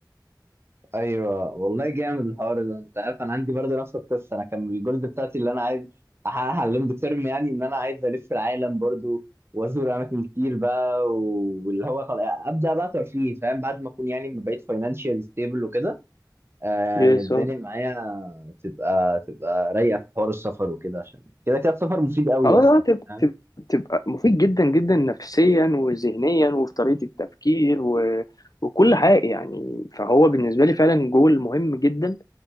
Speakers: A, on the right; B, on the left.
A: ايوه والله جامد الحوار ده انت عارف انا عندي برضه نفس القصه انا كان الجولد بتاعتي اللي انا عايز احققها اللونج تيرم يعني ان انا عايز الف العالم برضه وازور اماكن كتير بقى واللي هو خل... ابدا بقى ترفيه فاهم بعد ما اكون يعني ما بقيت فاينانشال ستيبل وكده آه،
B: يس
A: ان الدنيا
B: اه
A: معايا تبقى تبقى رايقه في حوار السفر وكده عشان كده كده السفر مفيد قوي
B: خلاص
A: اصلا
B: آه، تب-
A: فاهم
B: تب- تبقى مفيد جدا جدا نفسيا وذهنيا وفي طريقه التفكير و... وكل حاجه يعني فهو بالنسبه لي فعلا جول مهم جدا